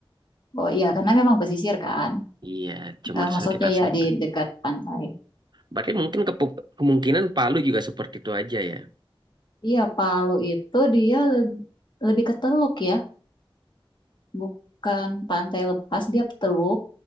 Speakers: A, on the left; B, on the right.
A: Oh iya, karena memang pesisir kan.
B: Iya, cuma
A: Eh,
B: di
A: maksudnya
B: sekitar
A: ya
B: situ.
A: di dekat pantai.
B: Berarti mungkin kepu- kemungkinan Palu juga seperti itu aja ya.
A: Iya, Palu itu dia lebih lebih ke teluk ya, bukan pantai lepas, dia teluk.